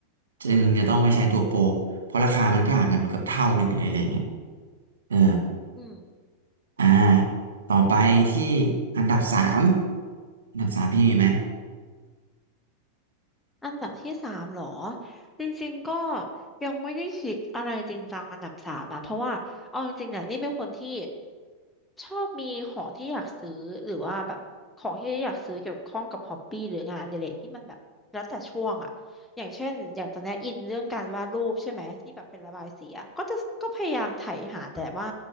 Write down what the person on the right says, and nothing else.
จึงจะต้องไปใช้ตัวโปรเพราะราคามันก็ห่างกันเกือบเท่าหนึ่งเลยอะไรเงี้ยเออ
อ่าต่อไปที่อันดับสามอันดับสามพี่มีไหม